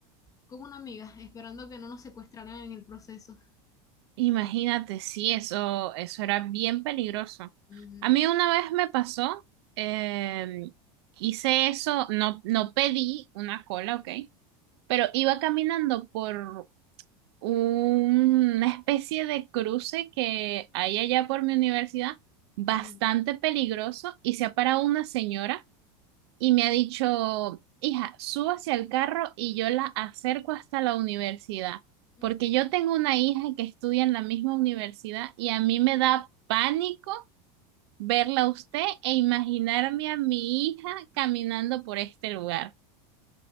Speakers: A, on the left; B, on the right.
A: con una amiga, esperando que no nos secuestraran en el proceso.
B: Imagínate, sí, eso, eso era bien peligroso.
A: Ujú,
B: A mí una vez me pasó, em, hice eso, no, no pedí una cola, ok, pero iba caminando por una especie de cruce que hay allá por mi universidad, bastante
A: ujú,
B: peligroso, y se ha parado una señora. y me ha dicho, hija, suba hacia el carro y yo la acerco hasta la universidad,
A: ujú.
B: porque yo tengo una hija que estudia en la misma universidad y a mí me da pánico verla a usted e imaginarme a mi hija caminando por este lugar.